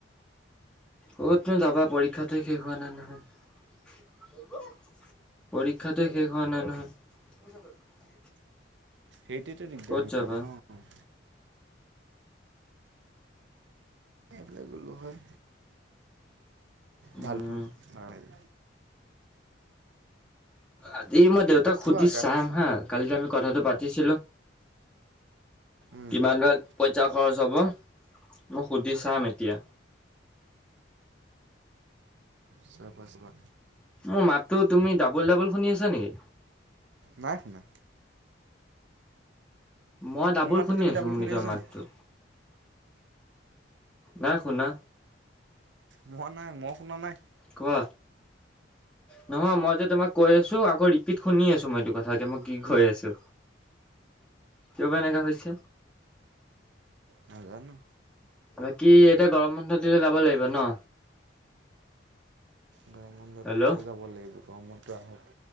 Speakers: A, in the centre; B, on the right.
A: ক'তনো যাবা পৰীক্ষাটো শেষ হোৱা নাই নহয়। পৰীক্ষাটো শেষ হোৱা নাই নহয়।
B: সেইটোতো দিগদাৰ
A: ক'ত
B: হৈ
A: যাবা
B: গ'ল ন। এইফালে হয়
A: উম
B: ভাল পাওঁ আৰু
A: আজি মই দেউতাক সুধি
B: ওলোৱা গা
A: চাম হা কালি আমি কথাটো পাতিছিলো।
B: উম
A: কিমান বা পইচা খৰচ হ'ব মই সুধি চাম এতিয়া।
B: চাবা, চাবা।
A: মোৰ মাততো তুমি ডাবল ডাবল শুনি আছা নেকি
B: নাই শুনা।
A: মই ডাবুল
B: মোৰ মাতটো
A: শুনি
B: তুমি
A: আছো
B: ডাবুল
A: মোৰ
B: শুনিছা
A: নিজৰ মাতটো।
B: নি
A: নাই শুনা।
B: মই নাই, মই শুনা নাই।
A: কোৱা নহয় মই যে তোমাক কৈ আছো, আকৌ ৰিপিট শুনি আছো, মই এইটো কথাকে মই কি কৈ আছো। কিয়বা এনেকা হৈছে।
B: নাজানো
A: বাকী এতিয়া গৰম বন্ধ দিলে যাব লাগিব ন।
B: গৰম
A: হেল্ল'
B: যাব লাগিব গৰমটো আহক